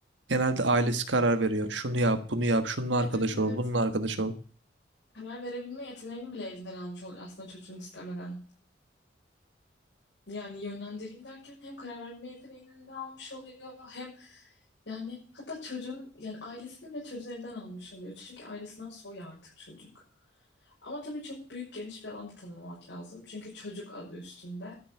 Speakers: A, on the right (about 80°); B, on the left (about 65°).
A: genelde ailesi karar veriyor. Şunu yap bunu yap şununla
B: Evet
A: arkadaş
B: evet.
A: ol bununla arkadaş ol.
B: Karar verebilme yeteneğini bile elinden almış oluyor aslında çocuğun istemeden. Yani yönlendireyim derken hem karar verme yeteneğini de almış oluyor hem yani hatta çocuğun yani ailesini ve çocuğun elinden almış oluyor. Çünkü ailesinden soy artık çocuk. Ama tabii çok büyük geniş bir alanda tanımlamak lazım. Çünkü çocuk adı üstünde.